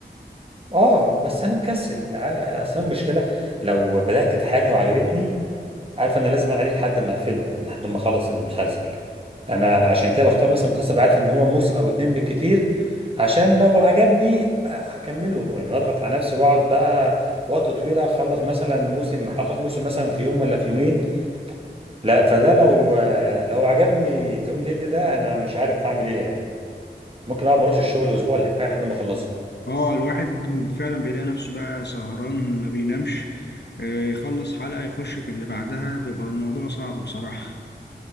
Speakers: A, on the right; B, on the left.
A: اه بس انا مكسل عا- اصل أنا المشكله لو بدات في حاجه وعجبتني عارف انا لازم عليه لحد ما اقفله يعني لحد ما اخلص المسلسل انا عشان كده بختار مثلا مسلسل عارف ان هو موسم او اتنين بالكتير عشان لو عجبني آه، هكمله يعني واضغط على نفسي واقعد بقى وقت طويل اخلص مثلا موسم هخلص موسم مثلا في يوم ولا في يومين لا فده لو لو عجبني زوم جد ده انا مش عارف اعمل ايه يعني ممكن اقعد ما اروحش الشغل اسبوع ولا حاجه لحد ما اخلصه
B: اه الواحد فعلا بيلاقي نفسه بقى سهران ما بينامش آه، يخلص حلقة يخش في اللي بعدها بيبقى الموضوع صعب بصراحة <laughs>